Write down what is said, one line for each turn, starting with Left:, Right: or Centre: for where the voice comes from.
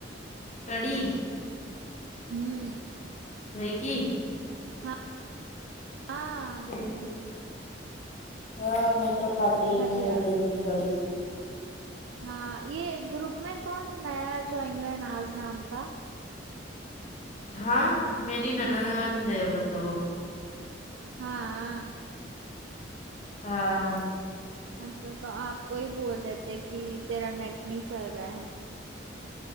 Left: کڑی
Right: ہوں
Left: دھی کی
Right: ہاں ہاں
Left: کو <unintelligible> ہاں میں تو کاتی
Right: بھجیا
Left: نہی دہی کی کڑی
Right: ہاں یہ گروپ میں کون نیا جوائن ہوا ہے ناز نام کا
Left: ہاں میری نند مطلب وہ
Right: ہاں
Left: ہاں
Right: اچھا تو آپ کو ہی بول رہے تھے کہ تیرا نیٹ نہیں چل رہا ہے